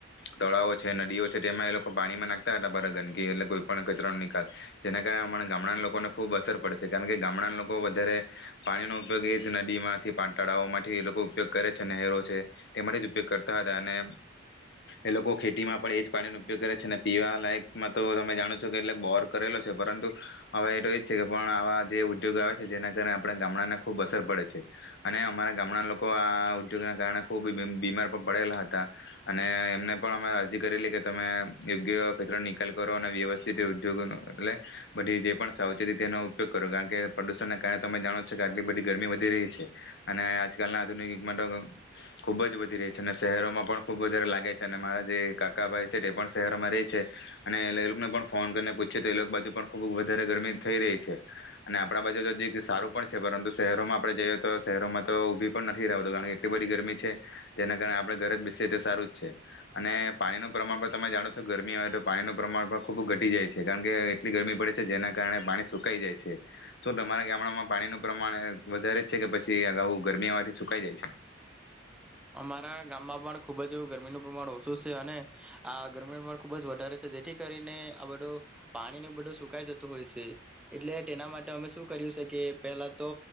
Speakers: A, on the left; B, in the centre.
A: તળાવો છે, નદીઓ છે તેમાં એ લોકો પાણીમાં નાખતા હતા બારા ગંદકી એટલે કોઈ પણ કચરા ન નિકાલ. જેના કારણે અમારા ગામડાના લોકોને ખૂબ અસર પડે છે. કારણ કે, ગામડાના લોકો વધારે પાણીનો ઉપયોગ એ જ નદીમાંથી, પા તળાવઓમાંથી એ લોકો ઉપયોગ કરે છે, નહેરો છે. તેમાંથી જ ઉપયોગ કરતા હતા અને એ લોકો ખેતીમાં પણ એ જ પાણીનો ઉપયોગ કરે છે અને પીવા લાયકમાં તો તમે જાણો છો કે એટલે બોર કરેલો છે. પરંતુ હવે એ તો એ જ છે કે પણ આવા જે ઉદ્યોગ આવે છે. જેના કારણે આપણે ગામડાને ખુબ અસર પડે છે અને અમારા ગામડા ન લોકો આ ઉદ્યોગના કારણે ખૂબ બીમ બીમાર પણ પડેલા હતા અને એમને પણ અમે અરજી કરેલી કે તમે યોગ્ય કચરો નિકાલ કરો અને વ્યવસ્થિત એ ઉદ્યોગોનો. એટલે બધી જે પણ સાવચેતી તેનો ઉપયોગ કરો. કારણ કે, પ્રદુષણના કારણે તમે જાણો જ છો કે આટલી બધી ગરમી વધી રહી છે અને આજકાલના આધુનિક યુગમાં તો ખુબ જ વધી રહી છે અને શહેરોમાં પણ ખૂબ વધારે લાગે છે અને મારા જે કાકા ભાઈ છે તે પણ શહેરમાં રે છે અને લ એ લોકને પણ ફોન કરીને પૂછ્યું તો એ લોક બાજુ પણ ખૂબ વધારે ગરમી થઈ રહી છે અને આપણા બાજુ તો જીક સારું પણ છે. પરંતુ, શહેરોમાં આપણે જઈએ તો શહેરોમાં તો ઊભી પણ નથી રહવાતું કારણ કે એટલી બધી ગરમી છે. જેના કારણે આપણે ઘરે જ બેસીએ તો સારું જ છે અને પાણીનો પ્રમાણ પણ તમે જાણો છો ગરમી આવે તો પાણીનો પ્રમાણ પણ ખૂબ ઘટી જાય છે. કારણ કે, એટલી ગરમી ના કારણે પાણી સુકાઈ જાય છે. શું તમારા ગામડામાં પાણીનું પ્રમાણ વધારે જ છે કે પછી અગાઉ ગરમી આવાથી સુકાઈ જાય છે?
B: અમારા ગામમાં પણ ખુબ જ એવુ ગરમીનું પ્રમાણ ઓછું સે અને આ ગરમીનું પ્રમાણ ખુબ જ વધારે છે જેથી કરીને આ બધું પાણીને બધું સુકાઈ જતું હોય સે. એટલે તેના માટે અમે શું કર્યું સે કે પહેલા તો